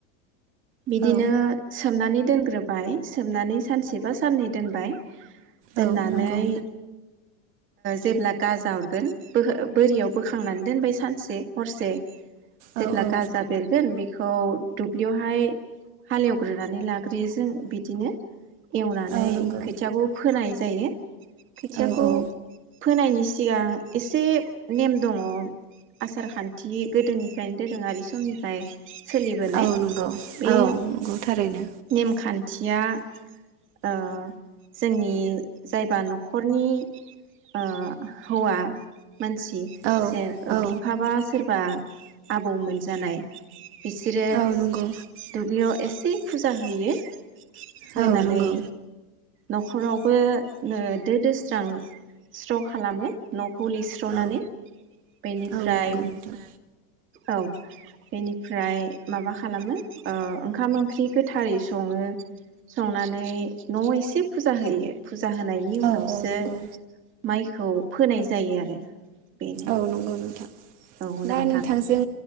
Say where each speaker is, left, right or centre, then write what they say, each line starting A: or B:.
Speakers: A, on the right (about 30°); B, on the right (about 55°).
A: बिदिनो
B: औ
A: सोमनानै दोनग्रोबाय सोमनानै सानसे बा साननै दोनबाय दोननानै
B: औ नंगौ
A: जेब्ला गाजा अरगोन बोरियाव बोखांनानै दोनबाय सानसे हरसे।
B: औ
A: जेब्ला
B: औ
A: गाजा बेरगोन बेखौ खौ दुब्लियावहाय हालेवग्रोनानै लाग्रोयो जों बिदिनो। एवनानै
B: औ नंगौ
A: खोथियाखौ फोनाय जायो। खोथियाखौ
B: औ औ
A: फोनायनि सि। सिगां एसे नेम दङ आसार खान्थि गोदोनिफ्रायनो दोरोङारि समनिफ्राय। सोलिबोनाय
B: औ नंगौ
A: बे
B: औ नंगौ थारैनो
A: नेमखान्थिया ओ जोंनि जायबा नखरनि ओ हौवा मानसि
B: औ
A: जे
B: औ
A: बिफाबा सोरबा बा आबौमोन जानाय बिसोरो
B: औ नंगौ
A: दुब्लियाव एसे फुजा होयो। होनानै
B: औ नंगौ
A: नखरावबो दो दोस्रां स्र खालामो गुुलिस्रनानै
B: औ
A: बेनिफ्राय
B: औ नंगौ नोंथां
A: औ बेनिफ्राय माबा खालामो ओ ओंखाम ओंख्रि गोथारै सङो संनानै नआव एसे फुजा होयो। फुजा होनायनि
B: औ
A: उनावसो
B: औ नंगौ
A: माइखौ फोनाय जायो आरो बेनो
B: औ नंगौ नोंथां
A: औ नोंथां
B: दा नोंथांजों